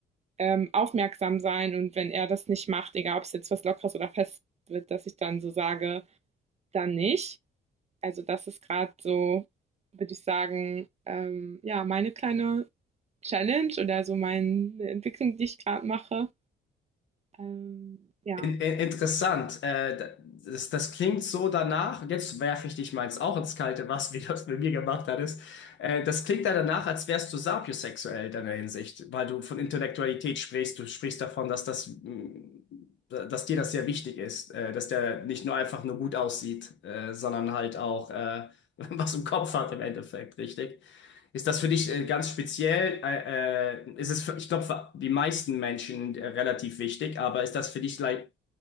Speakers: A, on the right; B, on the left.
A: ähm, aufmerksam sein und wenn er das nicht macht, egal ob es jetzt was Lockeres oder fest wird, dass ich dann so sage, dann nicht. Also das ist gerade so, würde ich sagen, ähm, ja, meine kleine Challenge oder so meine Entwicklung, die ich gerade mache. Ähm, ja.
B: In, in, interessant. Äh, das, das klingt so danach, und jetzt werfe ich dich meins auch ins kalte Wasser, <laughs> wie du das mit mir gemacht hattest. Äh, das klingt ja danach, als wärst du sapiosexuell in deiner Hinsicht, weil du von Intellektualität sprichst. Du sprichst davon, dass das, mh, dass dir das sehr wichtig ist, äh, dass der nicht nur einfach nur gut aussieht, äh, sondern halt auch äh, <laughs> was im Kopf hat im Endeffekt, richtig? Ist das für dich äh, ganz speziell? Äh, äh, ist es für, ich glaube, für die meisten Menschen äh, relativ wichtig, aber ist das für dich like,